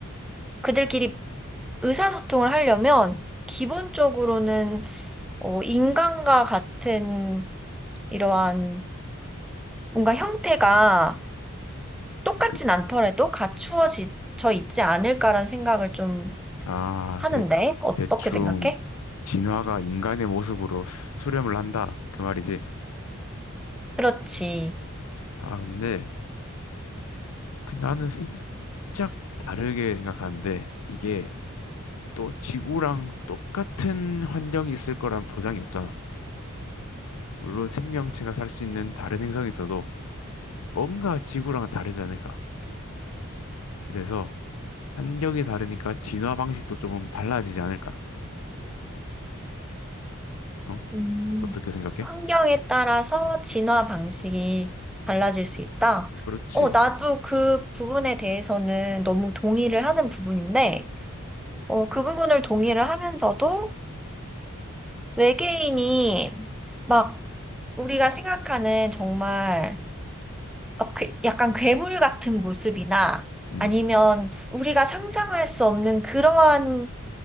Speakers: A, in the centre; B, on the left (about 85°).
A: 그들끼리 의사소통을 하려면 기본적으로는 어, 인간과 같은 이러한 뭔가 형태가 똑같진
B: 그,
A: 않더라도 갖추어져 있지 않을까라는 생각을 좀
B: 아,
A: 하는데,
B: 대,
A: 어떻게
B: 대충
A: 생각해?
B: 진화가 인간의 모습으로 수렴을 한다. 그 말이지.
A: 그렇지.
B: 아, 근데 그 나는 살짝 다르게 생각하는데 이게 또 지구랑 똑같은 환경이 있을 거란 보장이 없잖아. 물론 생명체가 살 수 있는 다른 행성에 있어도 뭔가 지구랑은 다르지 않을까. 그래서 환경이 다르니까 진화 방식도 조금 달라지지 않을까. 어?
A: 음,
B: 어떻게 생각해?
A: 환경에 따라서 진화 방식이 달라질 수 있다.
B: 그렇지.
A: 어, 나도 그 부분에 대해서는 너무 동의를 하는 부분인데, 어, 그 부분을 동의를 하면서도 외계인이 막 우리가 생각하는 정말 어, 그- 약간 괴물 같은 모습이나
B: 음,
A: 아니면 우리가 상상할 수 없는 그러한